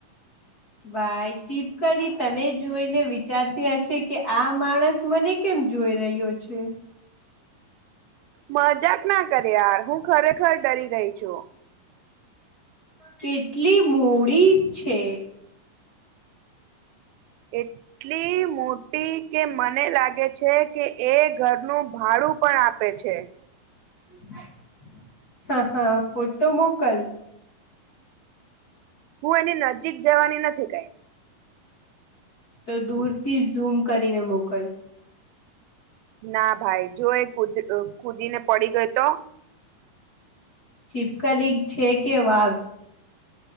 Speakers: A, on the left (about 40°); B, on the right (about 85°).
A: ભાઈ ચીપકલી તને જોઈને વિચારતી હશે કે આ માણસ મને કેમ જોઈ રહ્યો છે?
B: મજાક ના કરે યાર, હું ખરેખર ડરી રહી છું.
A: કેટલી મૂડી છે
B: એટલી મોટી કે મને લાગે છે કે એ ઘરનું ભાડું પણ આપે છે.
A: <inaudible> હા હા ફોટો મોકલ
B: હું એની નજીક જવાની નથી કઈ
A: તો દૂર થી ઝૂમ કરીને મોકલ
B: ના ભાઈ જો એ કુદી કુદીને પડી ગઈ તો
A: ચિપકલીગ છે કે વાઘ